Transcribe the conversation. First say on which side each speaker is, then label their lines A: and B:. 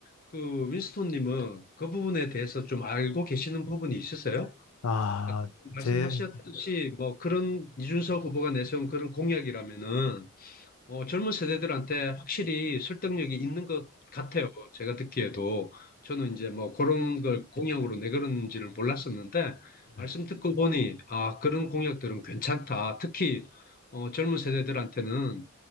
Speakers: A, on the left; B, on the left.
A: 그 윈스톤님은 그 부분에 대해서 좀 알고 계시는 부분이 있으세요?
B: 아,
A: 아까 말씀하셨듯이
B: 제,
A: 뭐 그런 이준석 후보가 내세운 그런 공약이라면은 어, 젊은 세대들한테 확실히 설득력이 있는 것 같아요. 제가 듣기에도 저는 이제 뭐 그런 걸 공약으로 내걸은지를 몰랐었는데
B: 네.
A: 말씀 듣고 보니 아 그런 공약들은 괜찮다. 특히 어, 젊은 세대들한테는